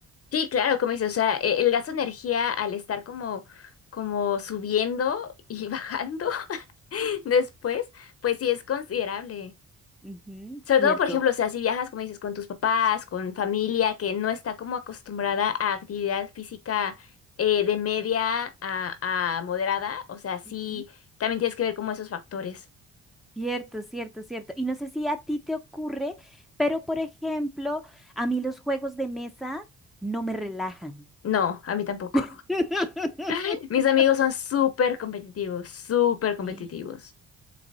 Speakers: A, on the left; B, in the centre.
A: Sí, claro, como dices, o sea, e- el gasto de energía al estar como, como subiendo y <laughs> bajando <laughs> después, pues sí es considerable.
B: Ujú,
A: Sobre
B: cierto.
A: todo, por ejemplo, o sea, si viajas, como dices, con tus papás, con familia que no está como acostumbrada a actividad física eh, de media a, a moderada, o sea, sí,
B: Ujú.
A: también tienes que ver como esos factores.
B: Cierto, cierto, cierto. Y no sé si a ti te ocurre, pero por ejemplo, a mí los juegos de mesa no me relajan.
A: No, a mí tampoco.
B: <laughs>
A: <laughs> Mis amigos son súper competitivos, súper competitivos.
B: <laughs>